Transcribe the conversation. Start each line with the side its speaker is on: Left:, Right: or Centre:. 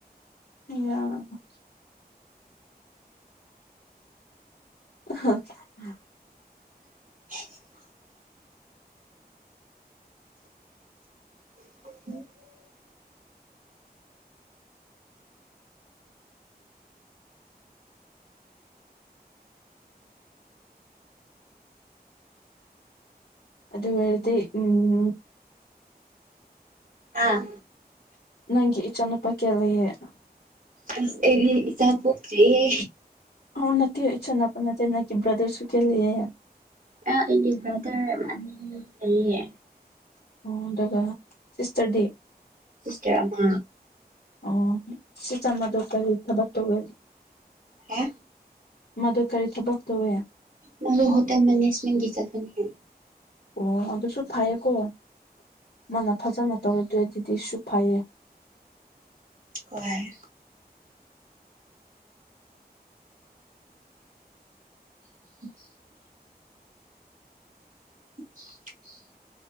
Left: <unintelligible> <unintelligible>
Right: <inaudible> <inaudible>
Left: ꯑꯗꯨ ꯑꯣꯏꯔꯗꯤ ꯎꯝ꯫
Right: ꯑꯥ꯫
Left: ꯅꯪꯒꯤ ꯏꯆꯥ ꯅꯨꯄꯥ ꯀꯌꯥ ꯂꯩꯌ‌ꯦ꯫
Right: ꯑꯁ ꯑꯩꯗꯤ ꯏꯆꯥ ꯄꯣꯛꯇ꯭ꯔꯤꯍꯦ꯫
Left: ꯑ‌ꯣ ꯅꯠꯇꯦ ꯏꯆꯅꯥꯄ ꯅꯠꯇꯦ ꯅꯪꯒꯤ ꯕ꯭ꯔꯗꯔꯁꯨ ꯀꯌꯥ ꯂꯩꯌ‌ꯦ
Right: ꯑ ꯑꯩꯒꯤ ꯕ꯭ꯔꯗꯔ ꯑꯅꯤ ꯂꯩꯌꯦ
Left: ꯑꯣ ꯑꯗꯨꯒ ꯁꯤꯁꯇꯔꯗꯤ
Right: ꯁꯤꯁꯇꯔ ꯑꯃꯥ
Left: ꯑꯣ ꯁꯤ ꯆꯝꯕꯗꯣ ꯀꯔꯤ ꯊꯕꯛ ꯇꯧꯋ‌ꯦ
Right: ꯑ‌ꯦ
Left: ꯃꯗꯨ ꯀꯔꯤ ꯊꯕꯛ ꯇꯧꯋꯦ
Right: ꯃꯥꯗꯨ ꯍꯣꯇꯦꯜ ꯃꯦꯅꯦꯖꯃꯦꯟꯒꯤ ꯆꯠꯄꯅ‌ꯦ
Left: ꯑꯣ ꯑꯗꯨꯁꯨ ꯐꯩꯌꯦꯀꯣ ꯃꯥꯅ ꯐꯖꯅ ꯇꯧꯗꯔ ꯗꯤꯗꯤꯁꯨ ꯐꯩꯌꯦ
Right: ꯍ‌ꯣꯏ <inaudible> <inaudible>